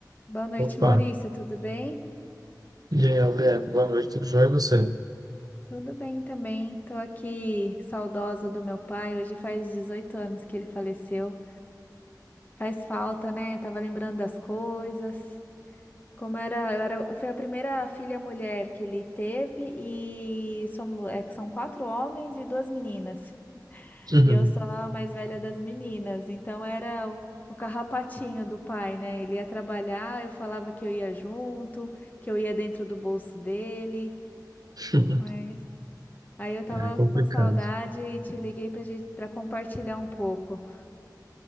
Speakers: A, on the left; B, on the right.
A: Boa noite,
B: Opa,
A: Maurício. Tudo bem?
B: e aí, Alberto, boa noite, tudo jóia e você?
A: Tudo bem também. Tô aqui saudosa do meu pai. Hoje faz 18 anos que ele faleceu. Faz falta, né? Tava lembrando das coisas. Como era, eu era, eu fui a primeira filha mulher que ele teve e somos, é que são quatro homens e duas meninas.
B: Uhum.
A: E eu sou a mais velha das meninas, então era o, o carrapatinho do pai, né? Ele ia trabalhar, eu falava que eu ia junto, que eu ia dentro do bolso dele.
B: <laughs>
A: mas Aí eu tava
B: É complicado.
A: com saudade e te liguei pra gente, para compartilhar um pouco.